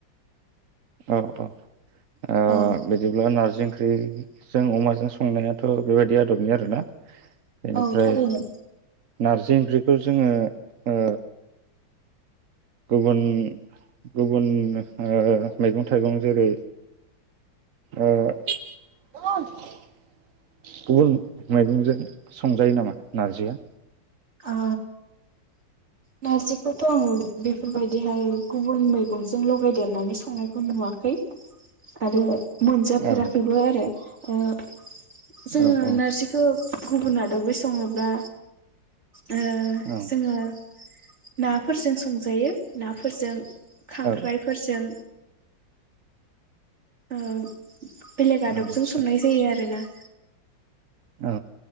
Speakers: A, on the right (about 55°); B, on the right (about 35°).
A: औ औ। ओ
B: औ
A: बिदिब्ला नारजि। ओमफ्राय जों अमाजों संनायाथ' बेबायदि आदबनि आरोना? बेनिफ्राय
B: औ थारैनो
A: नारजि ओंख्रि। बेखौ जोङो अ गुबुन गुबुन ओ मैगं थाइगं जेरै ओ गुबुन मैगंजों संजायो नामा नारजिया?
B: अ नारजिखौथ' आङो बेफोरबायदिहाय गुबुन मैगंजों लगायदेरनानै संनायखौ नुवाखै आरो। मोनजाफेराखैबो
A: औ
B: आरो। अ। जोङो
A: औ औ
B: नारजिखौ गुबुन आरो। <unintelligible> वै सङोब्ला ओ
A: औ
B: जोङो। नाफोरजों संजायो नाफोरजों। खांख्राइफोरजों।
A: औ
B: ओ। बेलेग
A: आदसा
B: आदबजों संनाय जायो आरोना।
A: औ।